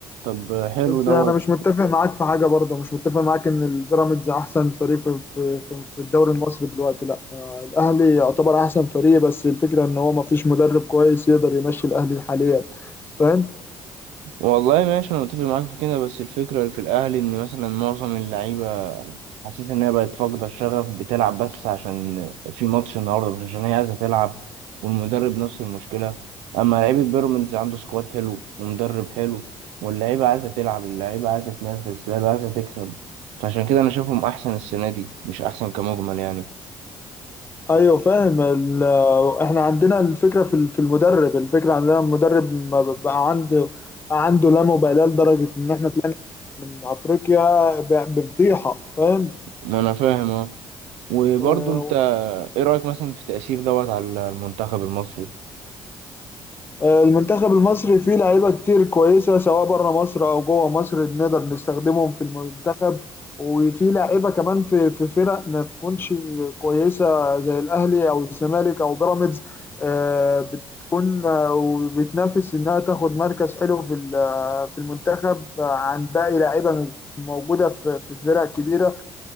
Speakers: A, on the right; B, on the left.
A: طب حلو
B: بس
A: دوت
B: انا مش متفق معاك في حاجه برضه مش متفق معاك ان البيراميدز احسن فريق في في في في الدوري المصري دلوقتي لا آه، الاهلي يعتبر احسن فريق بس الفكره ان هو ما فيش مدرب كويس يقدر يمشي الاهلي حاليا فاهم
A: والله ماشي انا متفق معاك في كده بس الفكره اللي في الاهلي ان مثلا معظم اللعيبه حسيت ان هي بقت فاقده الشغف بتلعب بس عشان في ماتش النهارده مش عشان هي عايزه تلعب والمدرب نفس المشكله اما لعيبه بيراميدز عنده سكواد حلو ومدرب حلو واللعيبه عايزه تلعب اللعيبه عايزه تنافس اللعيبه عايزه تكسب فعشان كده انا شايفهم احسن السنه دي مش احسن كمجمل يعني
B: ايوه فاهم ال- آه، احنا عندنا الفكره في ال- في المدرب الفكره عندنا المدرب ما ب- بقى عنده بقى عنده لا مبالاه لدرجه ان احنا طلعنا من افريقيا ب- بفضيحه فاهم
A: ما انا فاهم اه وبرضه
B: آه،
A: انت ايه رايك مثلا في تاثير دوت على المنتخب المصري
B: آه، المنتخب المصري فيه لعيبة كتير كويسة سواء بره مصر أو جوه مصر نقدر نستخدمهم في المنتخب وفي لعيبة كمان في في فرق ما تكونش كويسة زي الأهلي أو الزمالك أو بيراميدز آه، بتكون آه، وبتنافس إنها تاخد مركز حلو في ال- آه، في المنتخب عن باقي لعيبة موجودة في في فرق كبيرة